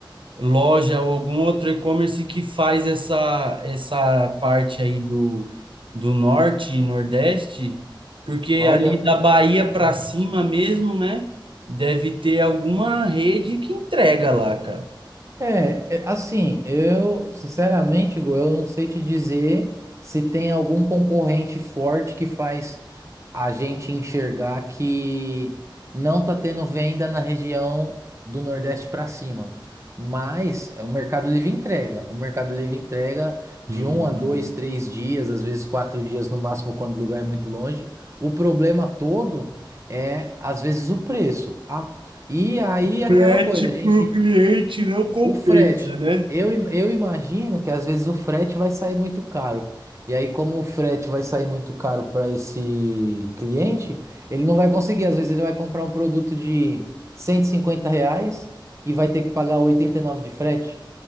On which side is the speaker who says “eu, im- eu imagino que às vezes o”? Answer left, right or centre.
Right